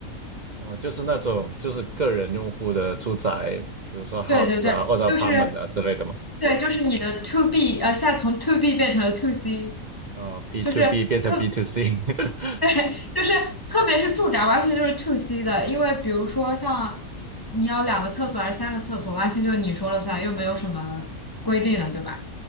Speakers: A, on the right; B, on the left.
A: 我就是那种就是个人用户的住宅，比如说 house
B: 对对对，
A: 啊或者
B: 就是
A: apartment 啊之类的嘛。
B: 对，就是你的 to B，呃，现在从 to B 变成了 to C。
A: 呃，B
B: 就是特
A: to B 变成 B to C，<laughs>
B: 对，就是特别是住宅，完全就是 to C 的，因为比如说像你要两个厕所还是三个厕所，完全就是你说了算，又没有什么规定的，对吧？